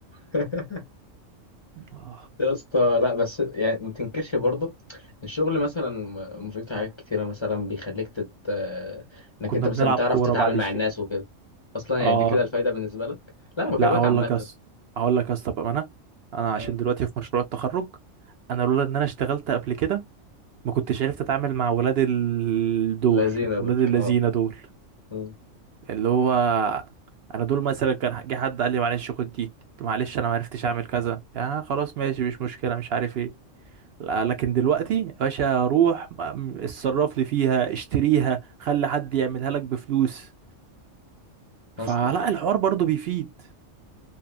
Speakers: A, on the left (about 30°); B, on the right (about 60°).
A: <laughs>
B: آه.
A: يا اسطى لا بس يعني ما تنكرش برضه الشغل مثلا مفيد في حاجات كتيرة مثلا بيخليك تت... آه، انك
B: كنا
A: انت مثلا
B: بنلعب
A: تعرف
B: كوره
A: تتعامل
B: بعد الشيء
A: مع الناس وكده اصلا يعني
B: اه
A: دي كده الفايدة بالنسبة لك لا بكلمك
B: لا هقول
A: عامة
B: لك يس هقول لك يس طب انا انا عشان
A: مم.
B: دلوقتي في مشروع التخرج انا لولا ان انا اشتغلت قبل كده ما كنتش عرفت اتعامل مع ولاد ال... دول
A: لذينة
B: ولاد
A: دول
B: الذين
A: اه
B: دول
A: مم.
B: اللي هو انا دول مثلا كان جه حد قال لي معلش خد دي طب معلش انا ما عرفتش اعمل كذا يا خلاص ماشي مش مشكله مش عارف ايه لا، لكن دلوقتي يا باشا روح م- اتصرف لي فيها اشتريها خلي حد يعملها لك بفلوس فلا
A: اصلا
B: الحوار برضو بيفيد